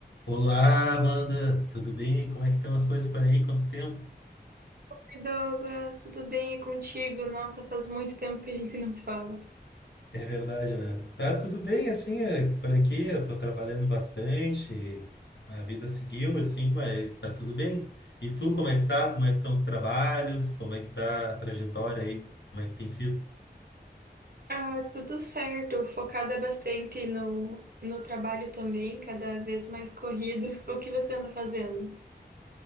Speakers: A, on the left; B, on the right.
A: Olá, Amanda, tudo bem? Como é que estão as coisas por aí? Quanto tempo?
B: Oi, Douglas, tudo bem e contigo? Nossa, faz muito tempo que a gente não se fala.
A: É verdade, né? Tá tudo bem, assim, é, por aqui eu tô trabalhando bastante, a vida seguiu, assim, mas tá tudo bem. E tu, como é que tá? Como é que estão os trabalhos? Como é que tá a trajetória aí? Como é que tem sido?
B: Ah, tudo certo, focada bastante no, no trabalho também, cada vez mais corrido. <laughs> O que você anda fazendo?